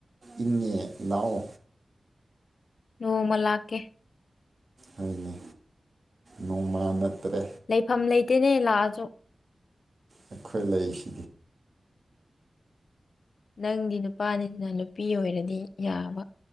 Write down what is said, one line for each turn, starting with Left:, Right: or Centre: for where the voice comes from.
Right: ꯏꯪꯉꯦ ꯂꯥꯛꯑꯣ
Left: ꯅꯣꯡꯃꯂꯥꯀꯦ
Right: ꯍꯣꯏꯅꯦ ꯅꯣꯡꯃꯥ ꯅꯠꯇ꯭ꯔꯦ
Left: ꯂꯩꯐꯝ ꯂꯩꯇꯦꯅꯦ ꯂꯥꯛꯑ
Right: ꯑꯩꯈꯣꯏ ꯂꯩꯁ
Left: ꯅꯪꯗꯤ ꯅꯨꯄꯥꯅꯤꯗꯅ ꯅꯨꯄꯤ ꯑꯣꯏꯔꯗꯤ ꯌꯥꯕ